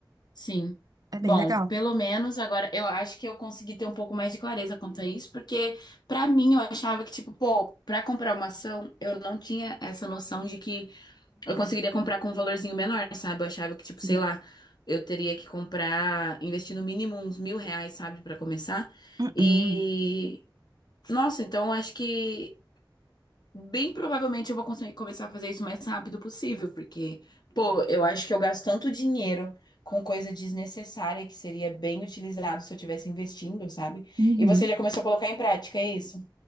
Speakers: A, on the left; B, on the right.
A: sim.
B: É
A: Bom,
B: bem legal.
A: pelo menos agora eu acho que eu consegui ter um pouco mais de clareza quanto a isso, porque pra mim eu achava que, tipo, pô, pra comprar uma ação, eu não tinha essa noção de que eu conseguiria comprar com um valorzinho menor, sabe? Eu achava que, tipo,
B: Sim.
A: sei lá, eu teria que comprar, investir no mínimo uns mil reais, sabe, pra começar.
B: Uhum.
A: E, nossa, então eu acho que. Bem provavelmente eu vou conseguir começar a fazer isso o mais rápido possível, porque, pô, eu acho que eu gasto tanto dinheiro com coisa desnecessária que seria bem utilizado se eu estivesse investindo, sabe?
B: Uhum.
A: E você já começou a colocar em prática, é isso?